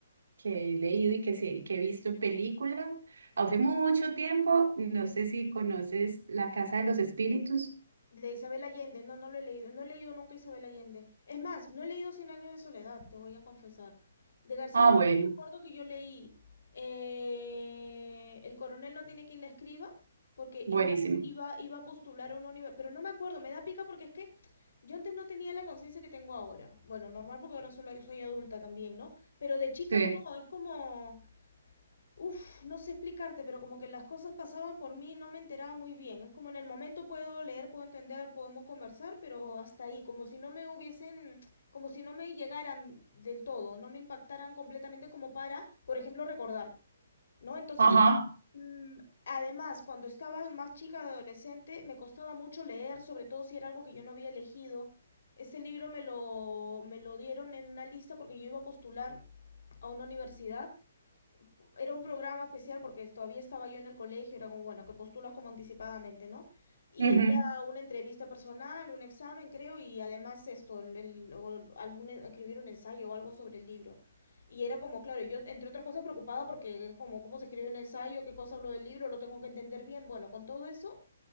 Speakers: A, on the right; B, on the left.
A: que he leído y que, sí- que he visto en películas. Hace mucho tiempo, no sé si conoces La Casa de los Espíritus.
B: De Isabel Allende, no, no lo he leído. No he leído nunca Isabel Allende. Es más, no he leído Cien años de soledad, te voy a confesar. De García
A: Ah,
B: Márquez
A: bueno,
B: me acuerdo que yo leí eh, El coronel no tiene quien le escriba, porque
A: buenísimo.
B: y una vez iba, iba a postular a una universidad, pero no me acuerdo, me da pica porque es que yo antes no tenía la conciencia que tengo ahora. Bueno, normal porque ahora solo soy adulta también, ¿no? Pero de chica
A: Sí.
B: no, es como... Uf, no sé explicarte, pero como que las cosas pasaban por mí y no me enteraba muy bien. Es como en el momento puedo leer, puedo entender, podemos conversar, pero hasta ahí, como si no me hubiesen, como si no me llegaran del todo, no me impactaran completamente como para, por ejemplo, recordar, ¿no? Entonces,
A: Ajá.
B: mm, además, cuando estaba más chica, de adolescente, me costaba mucho leer, sobre todo si era algo que yo no había elegido. Este libro me lo, me lo dieron en una lista porque yo iba a postular a una universidad era un programa especial porque todavía estaba yo en el colegio, era como, bueno, que postulas como anticipadamente, ¿no? Y
A: ujú.
B: había una entrevista personal, un examen, creo, y además esto, el, el- o algún, escribir un ensayo o algo sobre el libro. Y era como, claro, yo, entre otras cosas, preocupada porque es como, ¿cómo se escribe un ensayo? ¿Qué cosa hablo del libro? ¿Lo tengo que entender bien? Bueno, con todo eso,